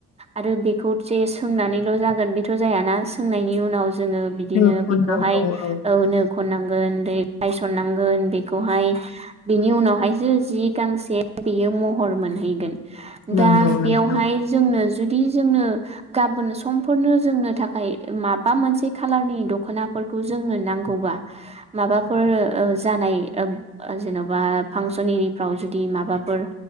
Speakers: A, on the right (about 20°); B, on the left (about 55°).
A: आरो बेखौ जे सोंनानै जागोन बेथ' जायाना सोंनायनि उनाव जोङो बिदिनो
B: नो खननांगौ
A: बेखौहाय
B: औ
A: ओ नो खननांगोन दै गायसननांगोन बि बेखौहाय बिनि उनावहायसो जि गांसे बेयो महर' मोनहैगोन।
B: नंगौ
A: दा
B: नोंथां
A: बेयावहाय जोंनो जुदि जोंनो गाबोन सम' फोरनो जोंनो थाखाय मा मोनसे खारलारनि दख'नाफोरखौ जोंनो नांगौबा माबाफोर ओ जानाय ओ ओ जेन'बा फांसन एरिफ्राव जुदि माबाफोर